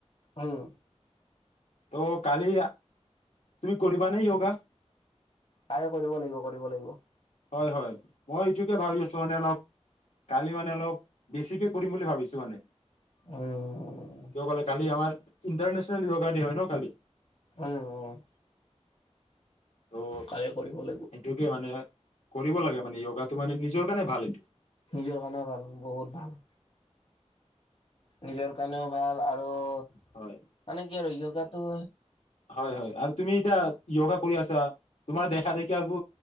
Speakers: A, on the left; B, on the left.
A: উম।
B: ত' কালি তুমি কৰিবানে য়োগা?
A: তাৰে কৰিব লাগিব, কৰিব লাগিব।
B: হয়, হয়। মই এইটোকে ভাবি আছোঁ মানে অলপ, কালি মানে অলপ বেছিকে কৰিম বুলি ভাবিছোঁ মানে।
A: উম
B: কিয় ক'লে কালি আমাৰ ইণ্টৰনেশ্যল য়োগা ডে হয় ন কালি?
A: উম অঁ,
B: ত'
A: কালি কৰিব লাগিব।
B: সেইটোকে মানে কৰিব লাগে মানে য়োগাটো মানে নিজৰ কাৰণে ভাল এইটো।
A: নিজৰ কাৰণেও ভাল, বহুত ভাল। নিজৰ কাৰণেও ভাল, আৰু ৰু,
B: হয়
A: মানে কি আৰু য়োগাতো
B: হয়, হয়। আৰু তুমি এতিয়া য়োগা কৰি আছা, তোমাৰ দেখা দেখি আৰু